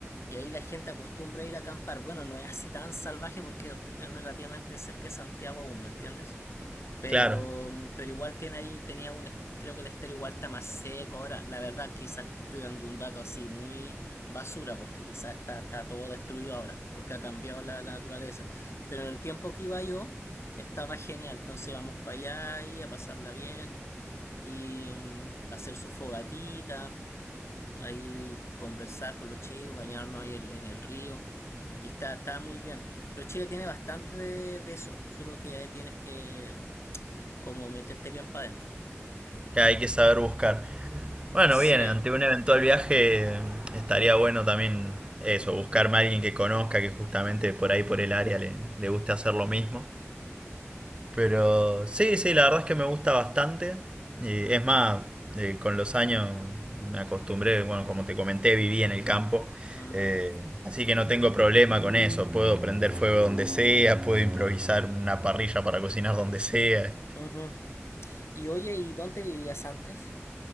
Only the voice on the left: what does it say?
Y ahí la gente acostumbra ir a acampar. Bueno, no es así tan salvaje porque es relativamente cerca de Santiago aún, ¿me entiendes? Pero,
pero igual tiene ahí, tenía un, creo que el estéreo igual está más seco. Ahora, la verdad, quizás te estoy dando un dato así muy basura, porque quizás está, está todo destruido ahora, porque ha cambiado la, la naturaleza. Pero en el tiempo que iba yo, estaba genial. Entonces vamos para allá y a pasarla bien y mm, hacer su fogatita, ahí conversar con los chicos, bañarnos ahí el- en el río. Y está, está muy bien. Pero Chile tiene bastante de, de eso, solo que tienes que como meterte bien para adentro.
Sí.
Y,
mm.
Ujú. Y oye, ¿y dónde vivías antes?